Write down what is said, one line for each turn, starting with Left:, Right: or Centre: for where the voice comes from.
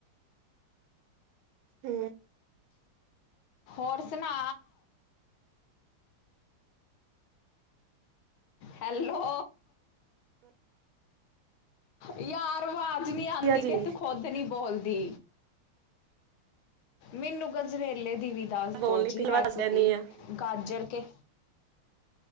Right: ਹਮ
Left: ਹੋਰ ਸੁਣਾ ਹੈਲੋ ਯਾਰ ਅਵਾਜ਼ ਨਹੀਂ ਆਉਂਦੀ
Right: ਵਧੀਆ
Left: ਕਿ
Right: ਜੀ
Left: ਤੂੰ ਖੁੱਦ ਨੀ ਬੋਲਦੀ, ਮੈਨੂੰ ਗਜਰੇਲੇ ਦੀ ਵੀ ਦੱਸ
Right: ਬੋਲਣੀ
Left: ਦਿਉ ਜੀ
Right: ਪਿਲਵਾ
Left: ਰੈਸਿਪੀ
Right: ਦੱਸ ਦਿੰਦੀ ਆ
Left: ਗਾਜਰ ਕੇ